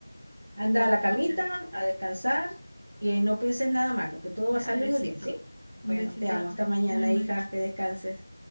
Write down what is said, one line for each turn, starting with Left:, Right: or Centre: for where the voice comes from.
Right: Anda
Left: Igual,
Right: a la
Left: mamita.
Right: camita, a descansar y ahí no pienses nada malo, que todo
Left: Ya,
Right: va a salir
Left: besito.
Right: muy bien, ¿sí?
Left: Un
Right: Bueno,
Left: besito,
Right: te amo.
Left: dame.
Right: Hasta mañana,
Left: Buenas noches.
Right: hija, que descanses.